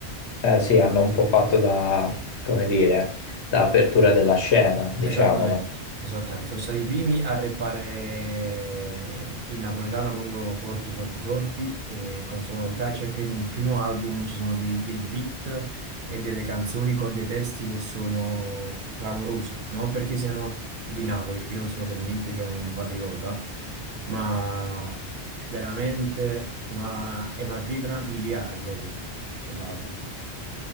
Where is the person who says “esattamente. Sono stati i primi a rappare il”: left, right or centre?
Right